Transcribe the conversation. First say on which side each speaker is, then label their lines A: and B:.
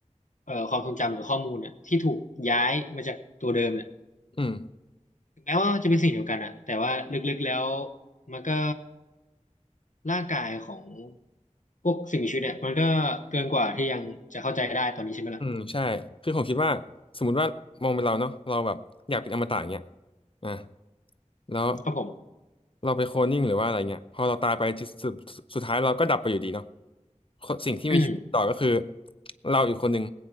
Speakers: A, on the left; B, on the left.
A: เอ่อความทรงจำหรือข้อมูลเนี่ยที่ถูกย้ายมาจากตัวเดิมเนี่ย
B: อืม
A: ถึงแม้ว่าจะเป็นสิ่งเดียวกันอะแต่ว่าลึกๆแล้วมันก็ร่างกายของพวกสิ่งมีชีวิตเนี่ยมันก็เกินกว่าที่ยังจะเข้าใจได้ตอนนี้ใช่ไหมล่ะ
B: อืมใช่คือผมคิดว่าสมมติว่ามองเป็นเราเนาะเราแบบอยากเป็นอมตะอย่างเงี้ยอ่ะแล้ว
A: ครับผม
B: เราไปโคลนนิ่งหรือว่าอะไรเงี้ยพอเราตายไปจุดสุดสุดท้ายเราก็ดับไปอยู่ดีเนาะคนสิ่งที่มีชีวิตต่อก็คือ
A: อืม
B: เราอีกคนหนึ่ง